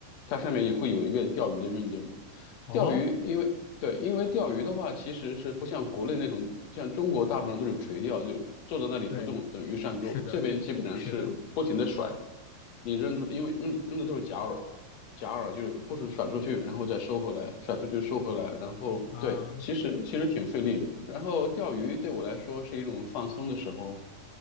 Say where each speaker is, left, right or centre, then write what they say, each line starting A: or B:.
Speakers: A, on the left (about 60°); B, on the left (about 90°).
A: 它上面也会有一个钓鱼的运动。
B: 哦，
A: 钓鱼，因为对，因为钓鱼的话，其实是不像国内那种，像中国大部分都是垂钓，就坐在那里不动，
B: 对，
A: 等鱼上钩。
B: 是的，
A: 这边基本上是不停的甩，
B: 是的，
A: 你扔出，因为扔的扔的都是假饵，假饵就是不是甩出去，然后再收回来，甩出去收回来，然后对，
B: 啊，
A: 其实其实挺费力的。然后钓鱼对我来说是一种放松的时候。